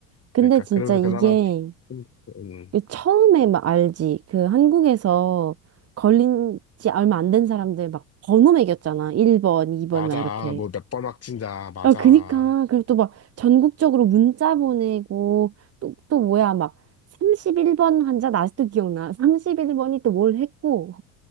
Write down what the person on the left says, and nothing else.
그러니까
그래서
그나마, 좀, 음,
맞아.
뭐 몇 번 확진자, 맞아.